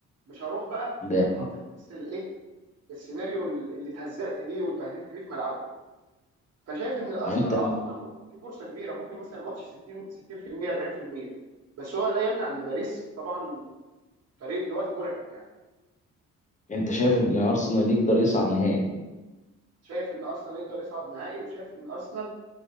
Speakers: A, on the right; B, on the left.
A: مش هروح بقى
B: ده
A: اتحط في نفس الايه السيناريو اللي اتهزقت بيه واتبهدلت بيه في ملعبي فشايف ان الارسنال
B: انت
A: اه طبعا في فرصه كبيره ممكن مثلا الماتش 60 60% 40% بس هو لا يمنع ان باريس طبعا فريق دلوقتي مرعب يعني
B: انت شايف ان ارسنال يقدر يصعد نهائي
A: شايف ان ارسنال يقدر يصعد نهائي وشايف ان ارسنال